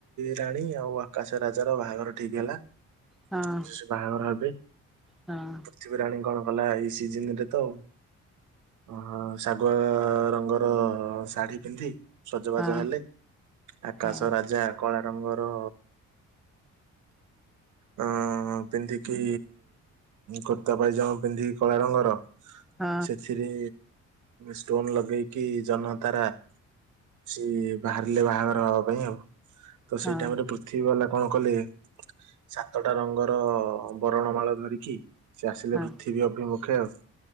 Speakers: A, on the right; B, in the centre.
A: ରାଣୀ ଆଉ ଆକାଶ ରାଜାର ବାହାଘର ଠିକ ହେଲା।
B: ହଁ
A: ଯେ ସେ ବାହାଘର ହେବେ
B: ହଁ।
A: ପୃଥିବୀ ରାଣୀ କଂ ଗଲା ଏଇ ସିଜନ ରେ ତ ଓହ ଶାଗୁଆ ରଙ୍ଗର ଶାଢୀ ପିନ୍ଧି ସଜବାଜ
B: ହଁ
A: ହେଲେ ଆକାଶ
B: ହଁ
A: ରାଜା କଳା ରଙ୍ଗର ଉଂ ପିନ୍ଧିକି କୁର୍ତ୍ତା ପାଇଜମ ପିନ୍ଧିକି କଳା ରଙ୍ଗର
B: ହଁ
A: ସେଥିରେ ଷ୍ଟୋନ ଲଗେଇକି ଜହ୍ନ ତାରା ସିଏ ବାହାରିଲେ ବାହାଘର ହବା ପାଇଁ ଆଉ ତ
B: ହଁ
A: ସେଇ ଟାଇମ ରେ ପୃଥିବୀ ବାଲା କଣ କଲେ ସାତଟା ରଙ୍ଗର ବରଣ ମାଳ ଧରିକି ସେ ଆସିଲେ
B: ହଁ
A: ପୃଥିବୀ ଅଭିମୁଖେ ଆଉ